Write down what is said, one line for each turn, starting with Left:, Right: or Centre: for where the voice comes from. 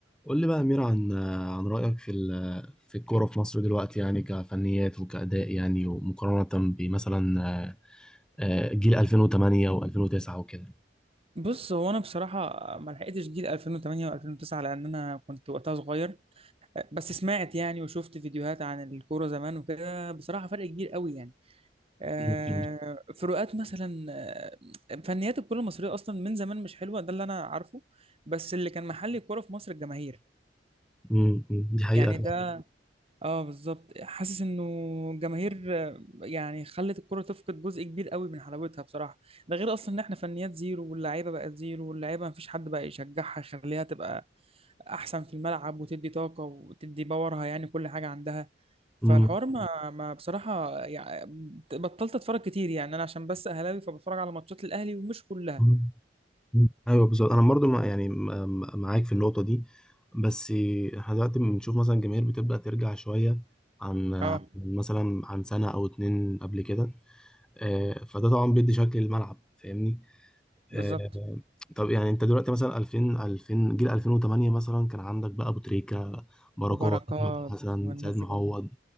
Centre: قول لي بقى يا أمير عن عن رأيك في ال- في الكورة في مصر دلوقتي يعني كفنيات وكأداء يعني ومقارنة بمثلا آه، آه، جيل 2008 و2009 وكده
Right: بص هو انا بصراحه ما لحقتش جيل 2008 و2009 لان انا كنت وقتها صغير بس سمعت يعني وشفت فيديوهات عن الكوره زمان وكده بصراحه فرق كبير قوي يعني آه،
Centre: <laughs>
Right: فروقات مثلا آه، فنيات الكره المصريه اصلا من زمان مش حلوه ده اللي انا عارفه بس اللي كان محل الكوره في مصر الجماهير
Centre: أمم، أمم، دي حقيقة
Right: يعني ده اه بالظبط حاسس انه الجماهير آه، يعني خلت الكرة تفقد جزء كبير قوي من حلاوتها بصراحة ده غير اصلا ان احنا فنيات زيرو واللعيبة بقت زيرو واللعيبة مفيش حد بقى يشجعها يخليها تبقى احسن في الملعب وتدي طاقة وتدي باورها يعني كل حاجة عندها فالحوار
Centre: أمم،
Right: ما ما بصراحة يعني بطلت اتفرج كتير يعني انا عشان بس اهلاوي فبتفرج على ماتشات الاهلي ومش كلها
Centre: أمم، أيوه بالظبط أنا برضو مع- يعني م- معاك في النقطة دي بس احنا دلوقتي بنشوف مثلا الجماهير بتبدأ ترجع شوية عن عن
Right: اه
Centre: مثلا عن سنة أو اتنين قبل كده آه، فده طبعا بيدي شكل الملعب فاهمني
Right: بالظبط
Centre: آه، طب يعني انت دلوقتي مثلا 2000 2000 جيل 2008 مثلا كان عندك بقى ابو تريكه بركات
Right: وبركات
Centre: احمد حسن
Right: والناس
Centre: سيد معوض
Right: دي كلها